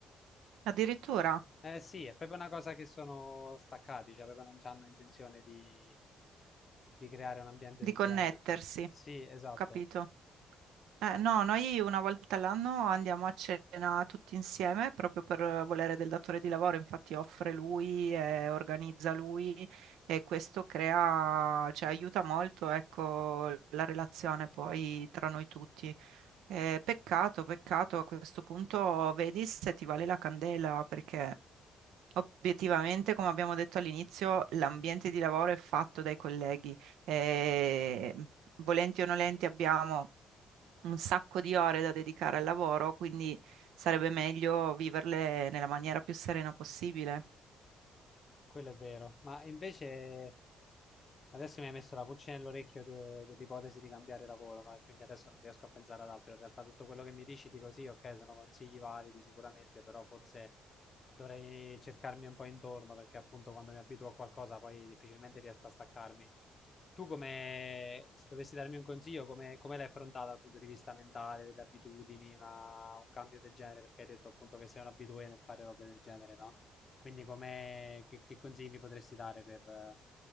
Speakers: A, on the right; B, on the left.
A: addirittura
B: Eh sì, è proprio una cosa che sono staccati, cioè proprio non hanno intenzione di, di creare un ambiente
A: di
B: del
A: connettersi,
B: genere. Sì, esatto,
A: capito? Eh, no, noi una volta all'anno andiamo a cena tutti insieme proprio per volere del datore di lavoro, infatti offre lui e organizza lui e questo crea, cioè aiuta molto, ecco, la relazione poi tra noi tutti. Eh, peccato, peccato, a questo punto vedi se ti vale la candela perché obiettivamente, come abbiamo detto all'inizio, l'ambiente di lavoro è fatto dai colleghi e volenti o nolenti abbiamo un sacco di ore da dedicare al lavoro, quindi sarebbe meglio viverle nella maniera più serena possibile.
B: quello è vero. Ma invece Adesso mi hai messo la pulce nell'orecchio de- dell'ipotesi di cambiare lavoro, no? E quindi adesso non riesco a pensare ad altro. In realtà tutto quello che mi dici dico sì, ok, sono consigli validi sicuramente, però forse dovrei cercarmi un po' intorno perché appunto quando mi abituo a qualcosa poi difficilmente riesco a staccarmi. Tu come, se dovessi darmi un consiglio, come, come l'hai affrontata dal punto di vista mentale, delle abitudini, una- un cambio del genere? Perché hai detto appunto che sei un abitué nel fare robe del genere, no? Quindi come, che, che consigli mi potresti dare per... eh,